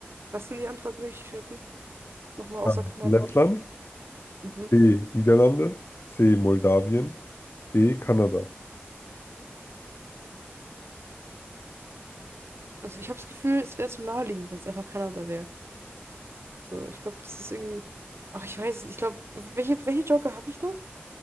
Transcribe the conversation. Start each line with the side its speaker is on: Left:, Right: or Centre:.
Right: Was sind die Antwortmöglichkeiten? Nochmal
Left: A.
Right: außer Kanada.
Left: Lettland,
Right: Mhm.
Left: B. Niederlande, C. Moldawien, D. Kanada.
Right: Also, ich habe das Gefühl, es wäre zu naheliegend, wenn es einfach Kanada wäre. So, ich glaube, das ist irgendwie. Ach, ich weiß es. nicht. Ich glaube, welche, welche Joker habe ich noch?